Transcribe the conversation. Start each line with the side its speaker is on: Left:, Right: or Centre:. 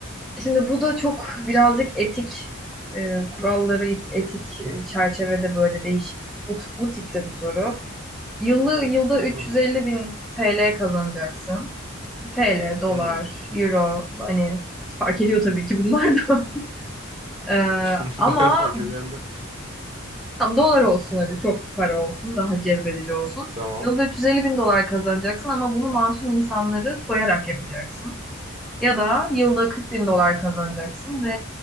Centre: Şimdi bu da çok birazcık
Right: İstiyorum.
Centre: etik e, kuralları, et- etik e, çerçevede böyle değişik bu, bu tipte bir soru. Yıllı, yılda 350
Right: Hı hı.
Centre: bin TL kazanacaksın. TL, dolar,
Right: Hı.
Centre: euro hani fark ediyor tabii ki bunlar da. <laughs> Ee,
Right: <laughs>
Centre: ama
Right: Bayağı fark ediyorum de.
Centre: Tam dolar olsun hadi çok para olsun daha cezbedici olsun.
Right: Tamam.
Centre: Yılda 350 bin dolar kazanacaksın ama bunu masum insanları soyarak yapacaksın. Ya da yılda 40 bin dolar kazanacaksın ve